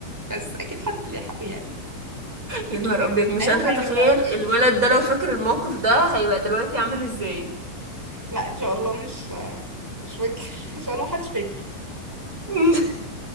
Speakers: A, in the centre; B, on the right.
A: بس أكيد حد لحقه يعني
B: يا نهار ابيض مش
A: أي
B: قادرة
A: حاجة
B: اتخيل
A: بقى
B: الولد ده لو فاكر الموقف ده هيبقى دلوقتي عامل ازاي
A: لا إن شاء الله مش مش فاكر <laughs> إن شاء الله محدش فاكر
B: <laughs>